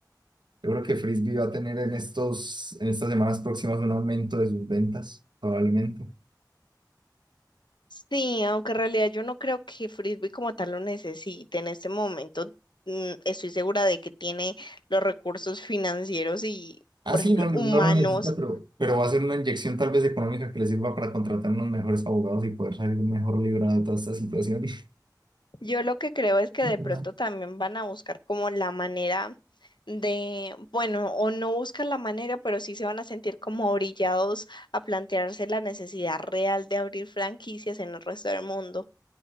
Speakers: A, on the right; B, on the left.
A: Yo creo que Frisbee va a tener en estos, en estas semanas próximas un aumento de sus ventas, probablemente.
B: Sí, aunque en realidad yo no creo que Frisbee como tal lo necesite en este momento. mm, Estoy segura de que tiene los recursos financieros y,
A: Ah,
B: por
A: sí,
B: ejemplo,
A: no, no
B: humanos
A: lo necesita, pero, pero va a ser una inyección tal vez económica que le sirva para contratar unos mejores abogados y poder salir mejor librado de toda esta situación. <laughs>
B: Yo lo que creo es que
A: Literal.
B: de pronto también van a buscar como la manera de, bueno, o no buscan la manera, pero sí se van a sentir como orillados a plantearse la necesidad real de abrir franquicias en el resto del mundo.